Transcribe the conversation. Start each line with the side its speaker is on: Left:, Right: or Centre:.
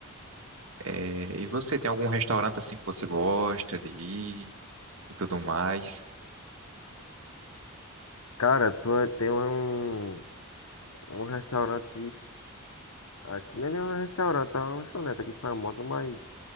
Right: É, e você tem algum restaurante assim que você gosta de ir e tudo mais?
Left: Cara, tu é- tem um, um restaurante aqui, não é nem um restaurante, é uma lanchonete aqui famosa, mas